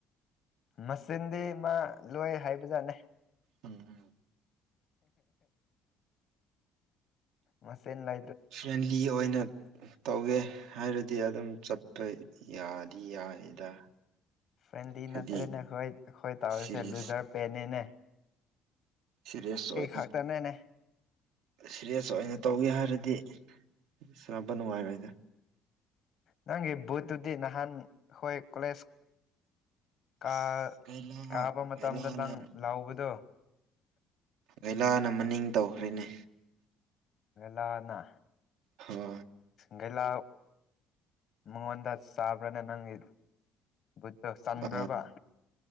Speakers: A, on the left; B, on the right.
A: ꯃꯆꯤꯟꯗꯤ ꯃꯥ ꯂꯣꯏ ꯍꯥꯏꯕꯖꯥꯠꯅꯦ
B: ꯎꯝ
A: ꯃꯁꯟ ꯂ
B: ꯐ꯭ꯔꯦꯟꯂꯤ ꯑꯣꯏꯅ ꯇꯧꯋꯦ ꯍꯥꯏꯔꯗꯤ ꯑꯗꯨꯝ ꯆꯠꯄ ꯌꯥꯗꯤ ꯌꯥꯏꯗ
A: ꯐ꯭ꯔꯦꯟꯂꯤ
B: ꯍꯥꯏꯗꯤ
A: ꯅꯠꯇ꯭ꯔꯦꯅꯦ ꯍꯣꯏ ꯑꯩꯈꯣꯏ ꯇꯧꯔꯤꯁꯦ
B: ꯁꯤꯔꯤꯌꯁ
A: ꯂꯨꯖꯔ ꯄꯦꯅꯦꯅꯦ
B: ꯁꯦꯔꯤꯌꯁ ꯑꯣꯏꯅ
A: ꯈꯛꯇꯅꯦꯅꯦ
B: ꯁꯦꯔꯤꯌꯁ ꯑꯣꯏꯅ ꯇꯧꯒꯦ ꯍꯥꯏꯔꯗꯤ ꯁꯕ ꯅꯨꯡꯉꯥꯏꯔ ꯏꯗ
A: ꯅꯪꯒꯤ ꯕꯨꯠꯇꯨꯗꯤ ꯅꯍꯥꯟ ꯑꯩꯈꯣꯏ ꯀꯣꯂꯦꯖ ꯀꯥ
B: ꯑꯁ ꯒꯩꯂꯥ
A: ꯀꯥꯕ ꯃꯇꯝꯗ
B: ꯒꯩꯂꯥꯅ
A: ꯅꯪ ꯂꯥꯎꯕꯗꯣ
B: ꯒꯩꯂꯥꯅ ꯃꯅꯤꯡ ꯇꯧꯈ꯭ꯔꯦꯅꯦ
A: ꯂꯅ
B: ꯍ
A: ꯒꯦꯂꯥ ꯃꯉꯣꯟꯗ ꯆꯥꯕ꯭ꯔꯅ ꯅꯪꯒꯤ ꯕꯨꯠꯇꯣ ꯆꯟꯕ꯭ꯔꯕ
B: ꯑꯥ